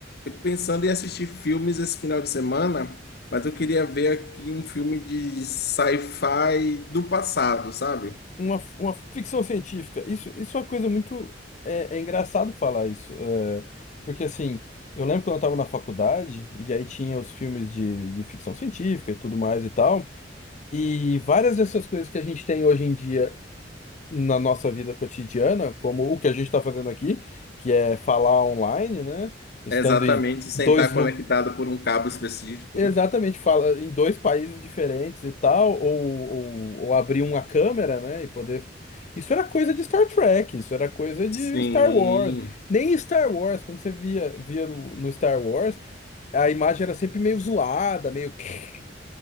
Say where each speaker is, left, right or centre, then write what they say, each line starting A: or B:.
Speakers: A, on the left; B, on the left.
A: pensando em assistir filmes esse final de semana, mas eu queria ver aqui um filme de sci-fi do passado, sabe?
B: Uma, uma ficção científica. Isso, isso é uma coisa muito. É, é engraçado falar isso. é, porque, assim, eu lembro quando eu tava na faculdade, e aí tinha os filmes de, de ficção científica e tudo mais e tal. E várias dessas coisas que a gente tem hoje em dia na nossa vida cotidiana, como o que a gente está fazendo aqui, que é falar online, né? Estando
A: Exatamente,
B: em
A: sem
B: dois,
A: estar
B: lu-
A: conectado por um cabo específico,
B: Exatamente,
A: né?
B: fala em dois países diferentes e tal, ou, ou, ou abrir uma câmera, né, e poder. Isso era coisa de Star Trek, isso era coisa de
A: Sim,
B: Star Wars. Nem Star Wars, quando você via, via no, no Star Wars, a imagem era sempre meio zoada, meio. <clears throat>